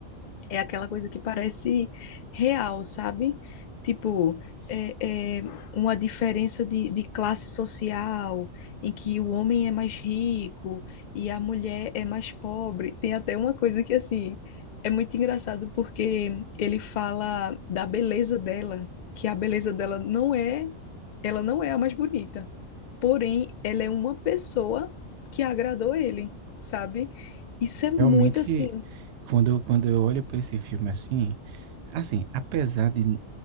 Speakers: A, on the left (about 70°); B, on the right (about 65°).
A: É aquela coisa que parece real, sabe? Tipo, é, é uma diferença de, de classe social, em que o homem é mais rico e a mulher é mais pobre. Tem até uma coisa que, assim, é muito engraçado, porque ele fala da beleza dela, que a beleza dela não é, ela não é a mais bonita, porém, ela é uma pessoa que agradou ele, sabe? Isso é muito
B: Realmente,
A: assim.
B: quando eu, quando eu olho pra esse filme assim, assim, apesar de,